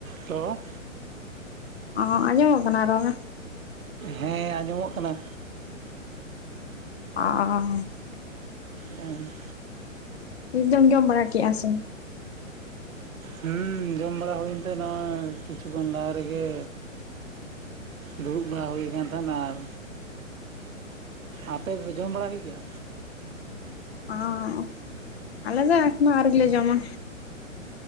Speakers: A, on the right; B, on the left.
A: ᱛᱚᱻ
B: ᱚᱸ ᱟᱸᱡᱚᱢᱚᱜ ᱠᱟᱱᱟ ᱨᱚᱲ᱾
A: ᱦᱮᱸ ᱟᱸᱡᱚᱢᱚᱜ ᱠᱟᱱᱟ᱾
B: ᱚᱸᱻ
A: ᱩᱸ
B: ᱱᱤᱛ ᱫᱚᱢ ᱡᱚᱢ ᱵᱟᱲᱟ ᱠᱮᱜᱼᱟ ᱥᱮ?
A: ᱦᱩᱸᱻ ᱡᱚᱢ ᱵᱟᱲᱟ ᱦᱩᱭᱮᱱ ᱛᱮ ᱱᱚᱜ ᱚᱭ ᱠᱤᱪᱷᱩ ᱜᱟᱱ ᱞᱟᱦᱟ ᱨᱮᱜᱮ ᱫᱩᱲᱩᱵ ᱵᱟᱲᱟ ᱦᱩᱭ ᱠᱟᱱ ᱛᱟᱦᱮᱱᱟ, ᱟᱨ ᱟᱯᱮ ᱯᱮ ᱡᱚᱢ ᱵᱟᱲᱟ ᱠᱮᱜ ᱜᱮᱭᱟ?
B: ᱚᱸ ᱟᱞᱮ ᱫᱚ ᱮᱠᱱᱳ ᱟᱣᱨᱤ ᱞᱮ ᱡᱚᱢᱟ᱾